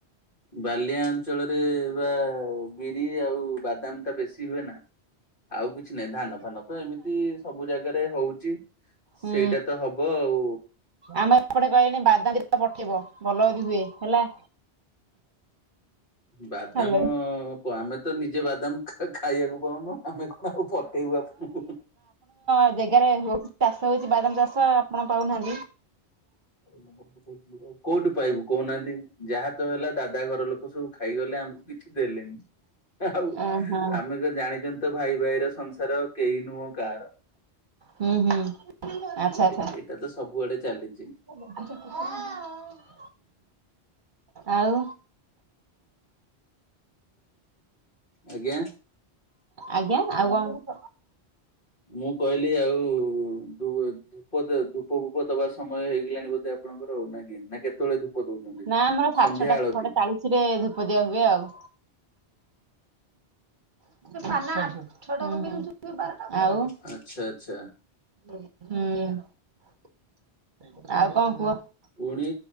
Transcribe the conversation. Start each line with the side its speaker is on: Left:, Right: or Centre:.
Left: ବାଲିଆ ଅଞ୍ଚଳରେ ବା ବିରି ଆଉ ବାଦ ବାଦାମ୍ ଟା ବେଶି ହୁଏ ନା। ଆଉ କିଛି ନାହିଁ। ଧାନ ଫାନ ତ ଏମିତି ସବୁ ଜାଗାରେ ହଉଚି।
Right: ହୁଁ
Left: ସେଇଟା ତ ହବ ଆଉ।
Right: ଆମ ଏପଟେ କହିଲେଣି ବାଦାମ ଦିଟା ପଠେଇବ ଭଲ ଯଦି ହୁଏ ହେଲା।
Left: ବାଦାମ
Right: ହ୍ୟାଲୋ।
Left: ଆମେ ତ ନିଜେ ବାଦାମ୍ ଖା ଖାଇବାକୁ ପାଉନୁ। ଆମେ କଣ ଆଉ ପଠେଇବୁ ଆପଣଙ୍କୁ।
Right: ସେ ଜେଗା ରେ ହଉ ଚାଷ ହଉଚି ବାଦାମ ଚାଷ ଆପଣ ପାଉନାହାନ୍ତି।
Left: <unintelligible> କୋଉଠୁ ପାଇବୁ କହୁନାହାନ୍ତି। ଯାହା ତ ହେଲା ଦାଦା ଘର ଲୋକ ସବୁ ଖାଇଗଲେ। ଆମକୁ କି ଛି ଦେଲେନି। ଆଉ
Right: ଓହୋ
Left: ଆମେ ତ ଜାଣିଚନ୍ତି ତ ଭାଇ ଭାଇ ର ସଂସାର କେହି ନୁହଁ କାହାର।
Right: ହୁଁ ହୁଁ ଆଚ୍ଛା ଆଚ୍ଛା
Left: ଏ ଏଇଟା ତ ସବୁଆଡେ ଚାଲିଚି।
Right: <unintelligible> ଆଉ
Left: ଆଜ୍ଞା।
Right: ଆଜ୍ଞା ଆଉ କଣ
Left: ମୁଁ କହିଲି ଆଉ ଦୁ ଧୂପ ଦେ ଧୂପ ଫୁପ ଦବା ସେ ସମୟ ହେଇଗଲାଣି ବୋଧେ ଆପଣଙ୍କର ଆଉ ନା କି। ନା କେତେବେଳେ ଧୂପ ଦଉଛନ୍ତି?
Right: ନା ଆମର ସାଢେ
Left: ସନ୍ଧ୍ୟା
Right: ଛଅଟା
Left: ଆଳତି
Right: ଛଅଟା ଚାଳିଶ ରେ ଧୂପଦିଆ ହୁଏ ଆଉ। <unintelligible> ଆଉ ହୁଁ।
Left: ଆଚ୍ଛା ଆଚ୍ଛା
Right: ଆଉ କଣ କୁହ?
Left: ପୁଣି